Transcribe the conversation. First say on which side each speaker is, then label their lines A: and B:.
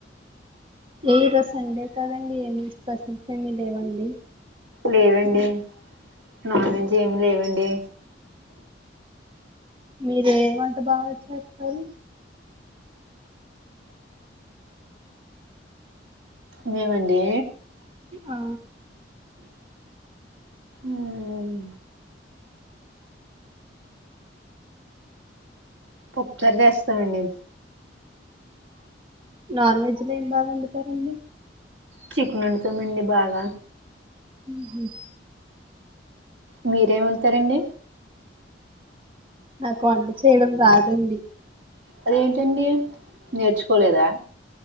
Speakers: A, on the right; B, on the right.
A: ఏ ఈరోజు సండే కదండి ఏమి స్పెషల్స్ ఏమీ లేవా అండి
B: లేవండి నాన్ వెజ్ ఏమి లేవండి
A: మీరు ఏం వంట బాగా చేస్తారు.
B: మేమండీ
A: ఆ
B: మ్మ్ పప్పుచారు చేస్తామండి
A: నాన్ వెజ్లో ఏం బాగా వండుతారండి
B: చికెన్ వండుతామండి బాగా
A: ఉ
B: మీరేం వండుతారండి
A: నాకు వంట చేయడం రాదండి
B: అదేంటండి నేర్చుకోలేదా